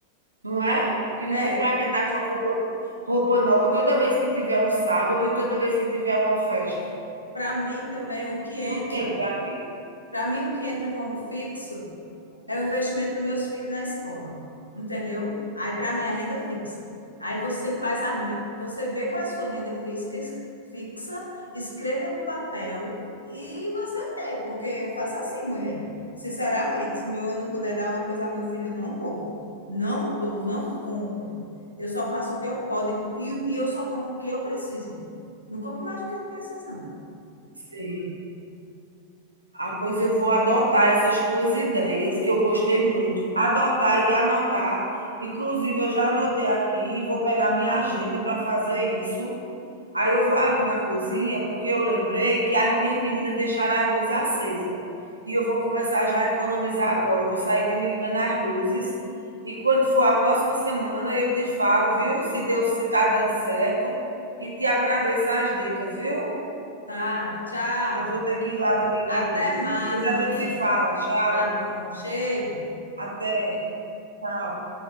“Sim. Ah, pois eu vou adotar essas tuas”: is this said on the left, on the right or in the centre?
Right